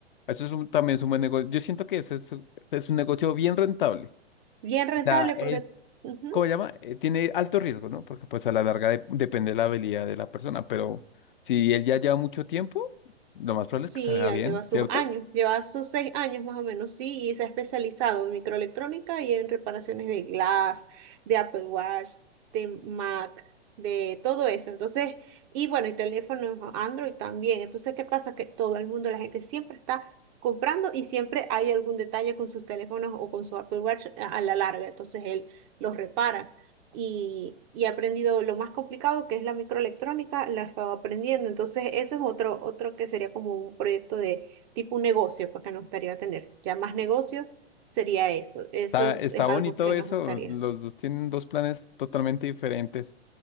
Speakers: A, on the left; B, on the right.
A: Eso es un- también es un buen negocio. Yo siento que ese es, es un negocio bien rentable.
B: bien rentable
A: O sea,
B: porque,
A: es,
B: ujú,
A: ¿cómo se llama? Eh, tiene alto riesgo, ¿no? Porque pues a la larga de- depende de la habilidad de la persona, pero si él ya lleva mucho tiempo, lo más probable
B: Sí,
A: es que salga
B: ya
A: bien,
B: lleva sus
A: ¿cierto?
B: años, lleva sus seis años más o menos, sí, y se ha especializado en microelectrónica y en reparaciones de Glass, de Apple Watch, de Mac, de todo eso. Entonces, y bueno, y teléfonos Android también. Entonces, ¿qué pasa? Que todo el mundo, la gente siempre está comprando y siempre hay algún detalle con sus teléfonos o con su Apple Watch a a la larga. Entonces, él los repara y, y he aprendido lo más complicado que es la microelectrónica, la he estado aprendiendo. Entonces, ese es otro, otro que sería como un proyecto de tipo un negocio, pues, que nos gustaría tener. Ya más negocio sería eso. Eso
A: Está,
B: es,
A: está
B: es
A: bonito
B: algo que
A: eso.
B: nos gustaría.
A: Los dos tienen dos planes totalmente diferentes.